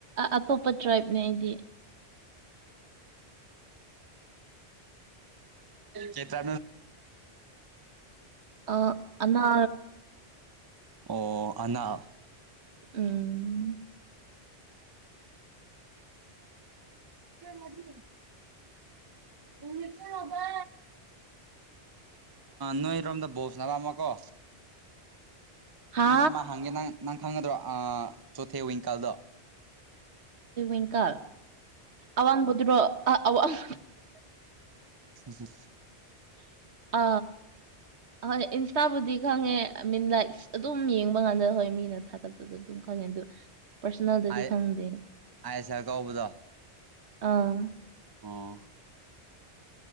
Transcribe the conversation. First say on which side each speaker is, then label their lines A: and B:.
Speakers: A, on the right; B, on the right.
A: ꯑꯇꯣꯞꯄ ꯇ꯭ꯔꯥꯏꯞꯅꯦ ꯑꯩꯗꯤ <unintelligible> <inaudible>
B: ꯆꯇꯦ
A: ꯑ ꯑꯅꯥ
B: ꯑꯣ ꯑꯅꯥ
A: ꯎꯝ
B: ꯀꯗꯤ ꯅꯨꯃꯤ ꯆꯕ ꯅꯣꯏꯔꯣꯝꯗ ꯣꯁ ꯅ ꯂꯃ ꯀꯣ
A: ꯍꯥ
B: ꯃꯤ ꯑꯃ ꯍꯪꯒꯦ ꯅꯪ ꯅꯪ ꯈꯪꯒꯗ꯭ꯔꯣ ꯆꯣꯊꯦ ꯋꯤꯡꯀꯥꯜꯗꯣ
A: ꯤꯡꯀꯥ ꯑꯋꯥꯡꯕꯗꯨꯔꯣ ꯑꯋꯥꯡ
B: ꯍ ꯍ
A: ꯑ ꯍ ꯏ ꯍꯞꯇꯥꯕꯨꯗꯤ ꯈꯪꯉꯦ ꯑꯥꯏ ꯃꯤꯟ ꯂꯥꯏꯛ ꯑꯗꯨꯝ ꯌꯦꯡꯕ ꯀꯥꯟꯗ ꯍꯣꯏ ꯃꯤꯅ ꯊꯥꯒꯠ ꯑꯗꯨꯝ ꯈꯪꯉꯦ ꯑꯗꯨ ꯄꯥꯔꯁꯣꯅꯦꯜꯗꯗꯤ
B: ꯑꯥꯏ
A: ꯈꯪꯗꯦ
B: ꯑꯥꯏ ꯑꯦꯁ ꯑꯦꯜ ꯀꯧꯕꯗꯣ
A: ꯑꯥ
B: ꯑꯣ